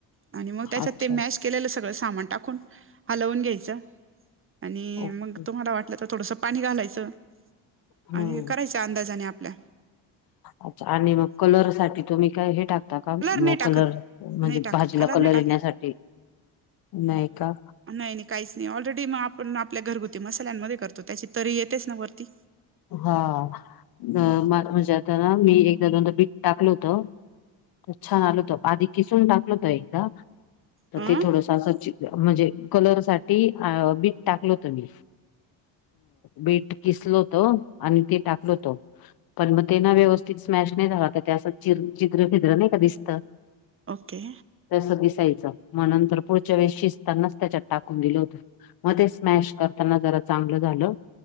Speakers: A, on the right; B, on the left.
A: आणि मंग त्यांच्यात
B: अच्छा
A: ते मॅश केलेलं सगळं सामांन टाकूंन हलवूंन घ्यायचं आणि
B: ओके
A: मंग तुम्हांला वाटलं तरं थोडंसं पाणी घालांयचं. असं
B: हम्म
A: आणि करांयच्या अंदाजाने आपल्यां.
B: अच्छा आणि मंग कलर सांठी तुम्हीं कायं हे टाकतांना कां
A: नाही
B: मंग
A: टाकत
B: कलर. म्हणजे
A: नाही टाकत
B: भाजीलां कलर
A: नाही टाकत
B: येण्यांसाठी नाहीं कां.
A: नाहीं नाहीं कांहींचं नाहीं ऑलरेडी मंग आपणं आपल्यां घरंगुती मसाल्यांमध्यें करतो त्यांची तरी येतेचं नां वरती
B: हां म्हणजे आंता नां मी एकदां दोनदां बीटं टाकलं होतं ते छान आंल होतो आंधी किसूंन टाकलं होतो एकदां तरं
A: अ
B: ते थोडंसं असं म्हणजे कलर सांठी बी टाकलं होतं मी बीटं किसलो होतं आणि ते टाकलो होतं पणं मंग ते नां व्यवस्थित स्मॅश नाहीं झालां तरं ते असं चं चिद्र फिद्र नाहीं कां दिसतं
A: ओके
B: तसं दिसायचं मंग नंतर पुढच्यां वेळेसं शिजतांनाचं त्यांच्यात टाकूंन दीलं होतं मध्यें स्मॅश करतांना जरां ते चांगलं झालं